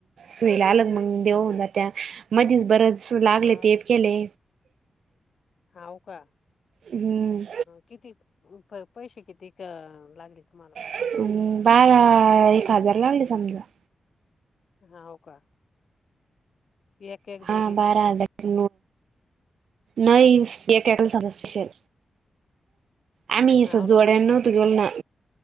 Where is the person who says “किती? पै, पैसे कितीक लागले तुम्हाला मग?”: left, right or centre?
Left